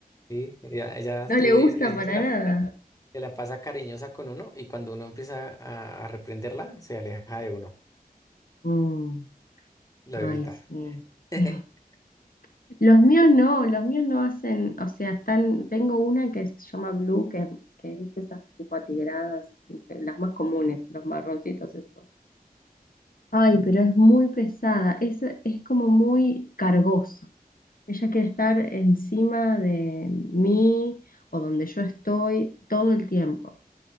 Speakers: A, on the left; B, on the left.
A: Sí, ella, ella
B: No
A: quiere,
B: le gusta
A: ella
B: Sí. para
A: se la,
B: nada.
A: se la pasa cariñosa con uno y cuando uno empieza a, a reprenderla, se aleja de uno,
B: Mm,
A: lo
B: ay,
A: evita.
B: sí.
A: <laughs>
B: <laughs> Los míos no, los míos no hacen, o sea, están, tengo una que se llama Blue, que, que viste esas tipo atigradas, no sé, las más comunes, los marroncitos esos. Ay, pero es muy pesada, es, es como muy cargosa. Ella quiere estar encima de mí o donde yo estoy todo el tiempo.